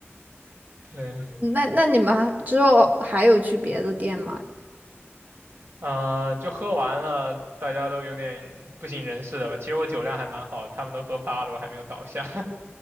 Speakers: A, on the right (about 55°); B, on the right (about 35°).
A: <laughs> 对，
B: 那那你们还之后还有去别的店吗？
A: 啊、就喝完了，大家都有点不省人事了吧？其实我酒量还蛮好，他们都喝趴了，我还没有倒下。<laughs>